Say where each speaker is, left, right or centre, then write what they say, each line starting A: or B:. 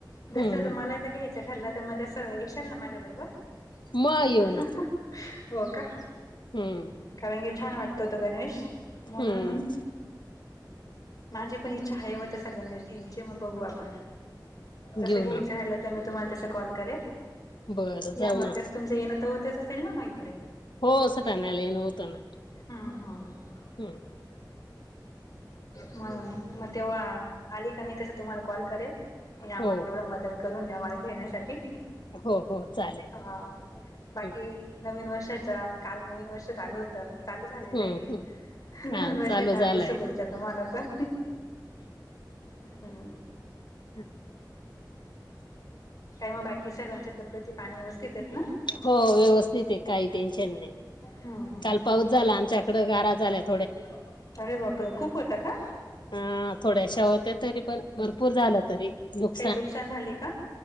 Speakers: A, on the left (about 50°); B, on the left (about 80°).
A: जस
B: हम्म
A: मला घ्यायचा ठरला तर मग तस येशाल ना माझ्या बरोबर
B: मग येऊ ना
A: हो का
B: हम्म
A: कारण की छान वाटतो तो गणवेश म्हणून
B: हम्म.
A: माझी पण इच्छा आहे ओ तसा गणवेश घ्यायची. मग बघू आपण तसं
B: घेऊ
A: घ्यायचं
B: ना मग
A: झालं तर मी तुम्हाला तस कॉल करेल.
B: बरं
A: या
B: जाऊ
A: मग
B: ना
A: तस तुमचं येणं तर होतच असेल ना मग इकडे.
B: हो सटाण्याला येण होतं ना.
A: हम्म हम्म
B: हम्म.
A: म्हणून मग तेव्हा आली का मी तसं मी तुम्हाला कॉल करेल, या
B: हो
A: मग तेवढं
B: हो
A: मदत करून मला घेण्यासाठी
B: हो हो चालेल.
A: हा बाकी
B: हम्म
A: नवीन वर्षाच्या काल नवीन वर्षा चालू होत चालू झालेलं
B: हम्म
A: ये.
B: हम्म
A: नवीन
B: हा
A: वर्षाच्या
B: चालू झालंय
A: हार्दिक शुभेच्छा तुम्हाला पण हम्म.
B: ह
A: काय मग बाकी सर्वांचे तब्येती पाणी व्यवस्थित ये ना
B: हो व्यवस्थित ये काही टेन्शन नाही
A: हा हा
B: काल पाऊस झाला आमच्याकड गारा झाल्यात.
A: अरे बापरे! खूप होता का?
B: हा थोड्याशा होत्या तरी पण भरपूर झालं तरी नुक
A: काही नुकशान झाली का?